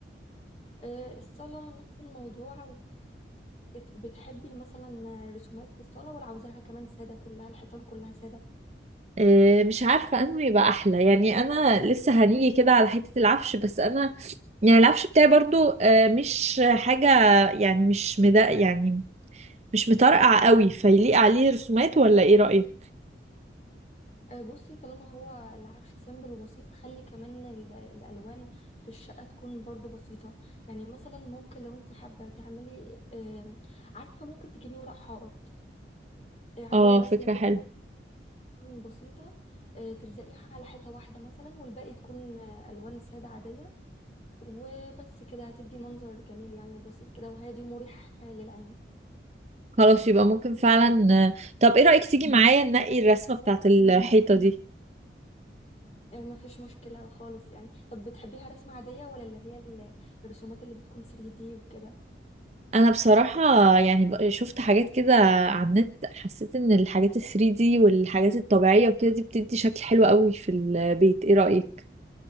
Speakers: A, on the left (about 35°); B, on the right (about 35°).
A: آه، الصاله نفس الموضوع وبتحبي مثلا رسومات في الصاله ولا عاوزاها كمان ساده كلها الحيطان كلها ساده
B: إيه مش عارفة انه يبقى أحلى يعني أنا لسه هنيجي كده على حتة العفش بس أنا يعني العفش بتاعي برضو آه، مش حاجة يعني مش مدا يعني مش مطرقع قوي فيليق عليه رسومات ولا ايه رأيك؟
A: آه، بصي طالما هو العفش سيمبل وبسيط خلي كمان ال- الالوان في الشقه تكون برضو بسيطه يعني مثلا ممكن لو انت حابه تعملي آم، عارفه ممكن تجيبي ورق حائط آه، عليه
B: اه
A: رسمه
B: فكرة
A: كده
B: حلوة
A: تكون بسيطه آه، تلزقيها على حيطه واحده مثلا والباقي تكون آه، الوان ساده عاديه وبس كده هتدي منظر جميل يعني وبسيط كده وهادي ومريح آه، للعين
B: خلاص يبقى ممكن فعلا آه، طب ايه رأيك تيجي معايا ننقي الرسمة بتاعت الحيطة دي؟
A: آه، مفيش مشكله خالص يعني طب بتحبيها رسمه عاديه ولا اللي هي ال- الرسومات اللي بتكون 3D وكده
B: انا بصراحة يعني ب- شفت حاجات كده على النت حسيت ان الحاجات ال 3D والحاجات الطبيعية وكده دي بتدي شكل حلو قوي في البيت ايه رأيك